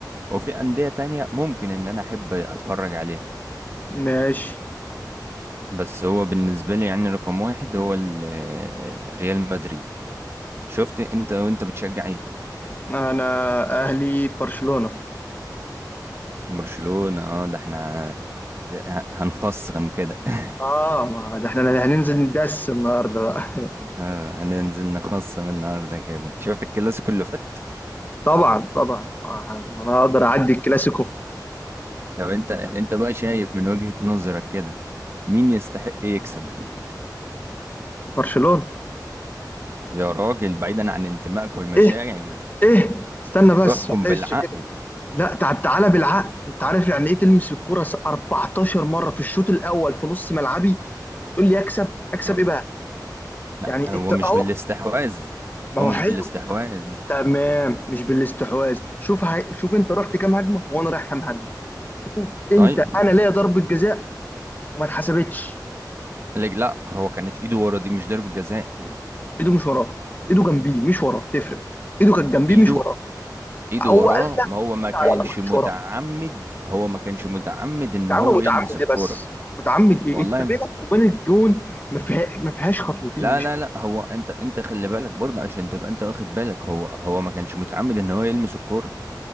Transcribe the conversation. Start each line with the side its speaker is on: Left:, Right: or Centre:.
Right: وفي انديه تانية ممكن ان انا احب اتفرج عليها
Left: ماشي
Right: بس هو بالنسبه لي يعني رقم واحد هو ال- آه، ريال مدريد شفت انت وانت بتشجع ايه
Left: انا اهلي برشلونة
Right: برشلونه اه ده احنا هنخصم كده <laughs>
Left: اه ما ده احنا هننزل ندس النهارده بقى <laughs>
Right: آه، هننزل نخصم النهارده كده انت شفت الكلاسيكو اللي فات
Left: طبعا طبعا آه، انا اقدر اعدي الكلاسيكو
Right: طب انت انت بقى شايف من وجهة نظرك كده مين يستحق يكسب
Left: برشلونة
Right: يا راجل بعيدا عن انتمائك والمشاعر
Left: ايه ايه استنى بس
Right: احكم
Left: معلش
Right: بالعقل
Left: كده لا تعب تعالى بالعقل انت عارف يعني ايه تلمس الكرة 14 مرة في الشوط الاول في نص ملعبي وتقول لي اكسب اكسب
Right: مم.
Left: ايه بقى
Right: ما
Left: يعني
Right: هو
Left: انت
Right: مش
Left: اهو
Right: بالاستحواذ
Left: ما
Right: هو
Left: هو
Right: مش
Left: حلو
Right: بالاستحواذ
Left: تمام مش بالاستحواذ شوف هاي... شوف انت رحت كام هجمه وانا رايح كام هجمه شوف انت
Right: طيب
Left: انا ليا ضربه جزاء وما اتحسبتش
Right: لا لا، هو كانت ايده ورا دي مش ضربة جزاء
Left: ايده مش وراه ايده جنبيه مش وراه تفرق ايده كانت جنبيه
Right: ايده
Left: مش وراه
Right: ايده
Left: هو
Right: وراه
Left: قال لك
Right: ما هو ما كانش
Left: لا لا ما كانتش
Right: متعمد
Left: وراه
Right: هو ما كانش متعمد ان
Left: يا
Right: هو
Left: عم متعمد
Right: يلمس الكرة
Left: ايه بس متعمد ايه
Right: والله
Left: انت بينك
Right: ما
Left: وبين الجون ما فيها... ما فيهاش خطوتين
Right: لا
Left: مش
Right: لا
Left: من
Right: لا هو انت انت خلي بالك برضه عشان تبقى انت واخد بالك هو هو ما كانش متعمد ان هو يلمس الكرة